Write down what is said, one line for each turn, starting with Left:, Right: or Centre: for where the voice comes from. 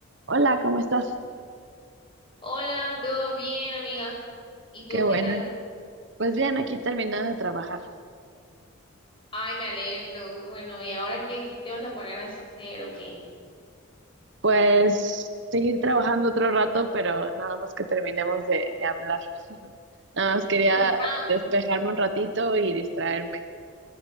Right: Hola, ¿cómo estás?
Left: Hola, ¿todo bien, amiga? ¿Y tú
Right: Qué
Left: qué
Right: buena.
Left: tal?
Right: Pues bien, aquí terminando de trabajar.
Left: Ay, me alegro, qué bueno. ¿Y ahora qué, qué te vas a poner a hacer o qué?
Right: Pues seguir trabajando otro rato, pero nada más que terminemos de, de hablar. <laughs> Nada más quería
Left: <laughs> Ah,
Right: despejarme un ratito y distraerme.